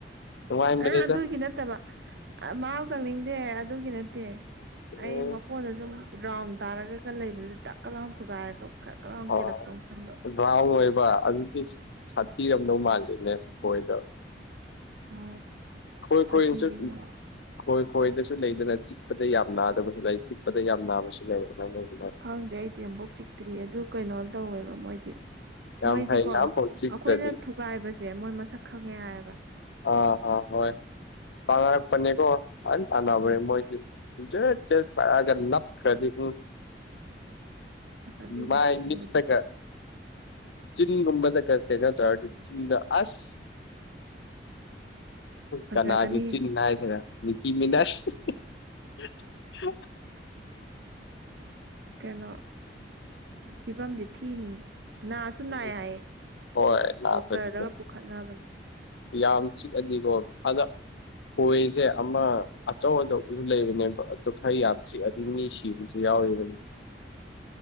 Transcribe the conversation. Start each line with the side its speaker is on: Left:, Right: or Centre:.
Left: ꯅꯨꯡꯉꯥꯏꯕꯅꯤꯗ
Right: ꯅꯥ ꯑꯗꯨꯒꯤ ꯅꯠꯇꯕ ꯑꯥ ꯃꯍꯥꯎ ꯇꯪꯅꯤꯡꯗꯦ ꯑꯗꯨꯒꯤ ꯅꯠꯇꯦ ꯑꯩ
Left: ꯎꯝ
Right: ꯃꯀꯣꯟꯗ ꯁꯨꯝ ꯔꯥꯎꯟ ꯇꯥꯔꯒꯒ ꯂꯩꯕꯗꯨꯗ ꯗꯛ ꯀ ꯂꯥꯎꯟ ꯊꯨꯒꯥꯏꯔꯒ ꯈꯛ ꯂꯥꯎ
Left: ꯑꯣ
Right: ꯀꯦꯜꯂꯛꯇꯧ ꯃꯥꯟꯕ
Left: ꯔꯥꯎꯟ ꯑꯣꯏꯕ ꯑꯗꯨꯗꯤ ꯁ ꯁꯥꯊꯤꯔꯝꯗꯧ ꯃꯥꯜꯂꯤ <unintelligible>
Right: ꯍꯣꯏ
Left: ꯈꯣꯏ
Right: ꯁꯥꯊꯤ
Left: ꯈꯣꯏ <unintelligible>
Right: ꯃꯣꯏ
Left: ꯈꯣꯏ ꯈꯣꯏꯗꯁꯨ ꯂꯩꯗꯅ ꯆꯤꯛ ꯄꯗ ꯌꯥꯝ ꯅꯥꯗꯕꯁꯨ ꯂꯩꯥ ꯆꯤꯛꯄꯗ ꯌꯥꯝ ꯅꯥꯕꯁꯨ ꯂꯩ ꯑꯗꯨꯃꯥꯏꯟ ꯂꯩ
Right: ꯈꯪꯗꯦ ꯑꯩꯗꯤ ꯑꯝꯕꯥꯎ ꯆꯤꯛꯇ꯭ꯔꯤ ꯑꯗꯨ ꯀꯩꯅꯣ ꯇꯧꯋꯦꯕ ꯃꯣꯏꯗꯤ ꯃꯣꯏꯗꯤꯀꯣ
Left: ꯌꯥꯝ ꯐꯩꯅꯦ ꯑꯝꯐꯥꯎ ꯆꯤꯛꯇ꯭ꯔꯗꯤ
Right: ꯑꯈꯣꯏꯅ ꯊꯨꯒꯥꯏꯕꯁꯦ ꯃꯣꯏ ꯃꯁꯛ ꯈꯪꯉꯦ ꯍꯥꯏꯌꯦꯕ
Left: ꯑꯥ ꯑꯥ ꯍꯣꯏ ꯄꯥꯡꯉꯛꯄꯅꯦꯀꯣ ꯐꯖꯟ ꯇꯥꯅꯕꯌꯦ
Right: ꯍꯣꯏ
Left: ꯃꯣꯏꯗꯤ ꯖꯦꯠ ꯖꯦꯠ ꯇꯥꯔꯛꯑꯒ ꯅꯞꯈ꯭ꯔꯗꯤ ꯎꯝ
Right: ꯑꯁ ꯑꯗꯨꯅꯦ
Left: ꯃꯥꯥꯏ
Right: ꯀꯤꯕꯗꯣ
Left: ꯃꯤꯠꯇꯒ ꯆꯤꯟꯒꯨꯝꯕꯗꯒ ꯀꯩꯅꯣ ꯇꯧꯔꯗꯤ ꯆꯤꯟꯗꯣ ꯑꯁ
Right: ꯐꯖꯒꯅꯤ
Left: ꯀꯅꯥꯒꯤ ꯆꯤꯟ ꯍꯥꯢꯗꯨꯔꯥ ꯃꯤꯀꯤ ꯃꯤꯅꯥꯁ <unintelligible>
Right: ꯀꯩꯅꯣ ꯐꯤꯕꯝꯗꯤ ꯊꯤꯅꯤ ꯅꯥꯁꯨ ꯅꯥꯢ
Left: ꯎꯝ
Right: ꯍꯥꯢꯌꯦ
Left: ꯍꯣꯏ ꯅꯥꯗ꯭ꯔꯗꯤ
Right: ꯗꯣꯛꯇ꯭ꯔꯗꯒ ꯄꯨꯈꯠꯅꯕꯅꯦ
Left: ꯌꯥꯝ ꯆꯤꯛꯑꯗꯤꯀꯣ ꯑꯗꯥ ꯈꯣꯏꯖꯦ ꯑꯃ ꯑꯆꯧ ꯑꯆꯧꯕꯖꯨ ꯂꯩꯕꯅꯦꯕ ꯑꯗꯨ ꯈꯔ ꯌꯥꯝ ꯆꯤꯛꯑꯗꯤ ꯃꯤ ꯁꯤꯕ ꯌꯥꯎꯔꯤꯕꯅꯤ